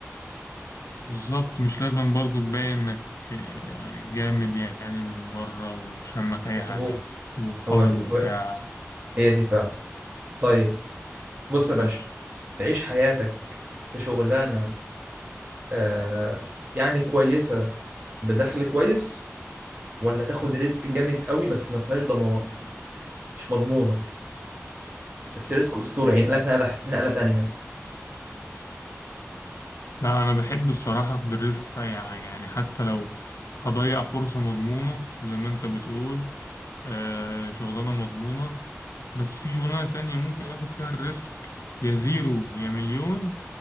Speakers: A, on the left; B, on the right.
A: بالظبط مش لازم برضو تبين انك آه، جامد يعني من بره ومش همك اي
B: مظبوط
A: حاجه وقوي
B: هو, دي
A: وبتاع
B: هو هي دي فعلا طيب بص يا
A: ماشي
B: باشا تعيش حياتك في شغلانة آه يعني كويسة بدخل كويس ولا تاخد ريسك جامد قوي بس ما فيهاش ضمان مش مضمونة بس ريسك أسطوري يعني لك نقلة نقلة تانية
A: لا أنا بحب الصراحة أخد الريسك في أي حاجة يعني حتى لو هضيع فرصة مضمونة زي ما أنت بتقول آه شغلانة مضمونة بس في شغلانة تانية ممكن آخد فيها الريسك يا زيرو يا مليون